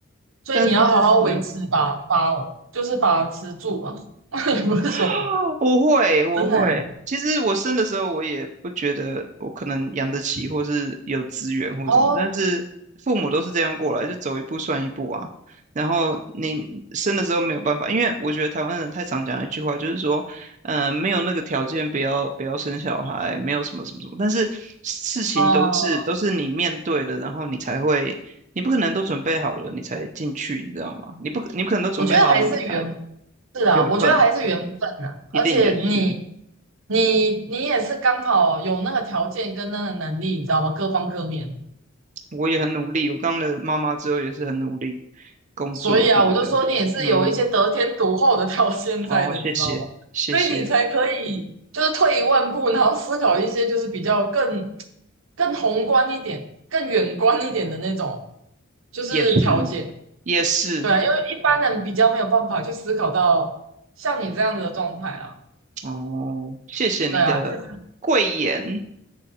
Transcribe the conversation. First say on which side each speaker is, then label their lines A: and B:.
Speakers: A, on the right; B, on the right.
A: 所以你要好好维持把把就是把持住啊，
B: 但是，嗯
A: <laughs> 也不是说
B: <laughs> 我会，我会。
A: 真的呀、
B: 其实我生的时候，我也不觉得我可能养得起，或是有资源或什么。
A: 哦，
B: 但是父母都是这样过来，就走一步算一步啊。然后你生的时候没有办法，因为我觉得台湾人太常讲一句话，就是说，嗯，没有那个条件，不要不要生小孩，没有什么什么什么。但是事情都是都是你面对了，
A: 嗯，
B: 然后你才会，你不可能都准备好了，你才进去，你知道吗？你不你不可能都准备好了，
A: 我觉得还是缘
B: 你才
A: 是啊，
B: 缘分
A: 我觉得还是缘分啊，
B: 一定也是。
A: 而且你你你也是刚好有那个条件跟那个能力，你知道吗？各方各面。
B: 我也很努力，我当了妈妈之后也是很努力工作什么的。
A: 所以啊，我就说你也是有一些得天独厚的
B: 嗯，
A: <laughs> 到现在的，
B: 哦，谢谢，
A: 你知道吗？
B: 谢谢，
A: 所以你才可以就是退一万步，然后思考一些就是比较更更宏观一点、更远观一点的那种，就是条件。
B: 也是，也是，
A: 对啊，因为一般人比较没有办法去思考到像你这样子的状态啦。
B: 哦，谢谢你的贵言。
A: 对啊，就是